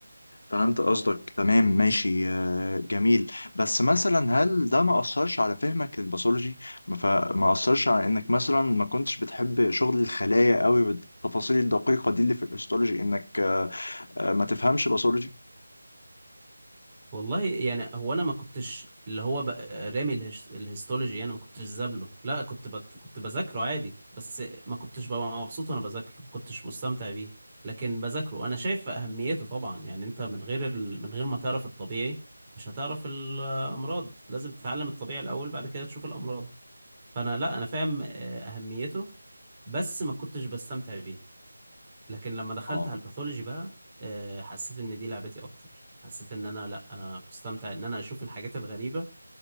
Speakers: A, on the left; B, on the right.
A: فهمت قصدك تمام ماشي آه، جميل بس مثلا هل ده ما أثرش على فهمك للباثولوجي ما- فما أثرش على إنك مثلا ما كنتش بتحب شغل الخلايا قوي والتفاصيل الدقيقة دي اللي في الهيستولوجي إنك آه، آه، ما تفهمش باثولوجي
B: والله يعني هو انا ما كنتش اللي هو بقى رامي الهش... الهيستولوجي انا ما كنتش زابله لا كنت بت... كنت بذاكره عادي بس ما كنتش ببقى مبسوط وانا بذاكره ما كنتش مستمتع بيه لكن بذاكره انا شايف اهميته طبعا يعني انت من غير ال... من غير ما تعرف الطبيعي مش هتعرف الامراض لازم تتعلم الطبيعي الاول بعد كده تشوف الامراض فانا لا انا فاهم آه، اهميته بس ما كنتش بستمتع بيه لكن لما دخلت
A: اه
B: على الباثولوجي بقى آه، حسيت ان دي لعبتي اكتر حسيت ان انا لا انا مستمتع ان انا اشوف الحاجات الغريبه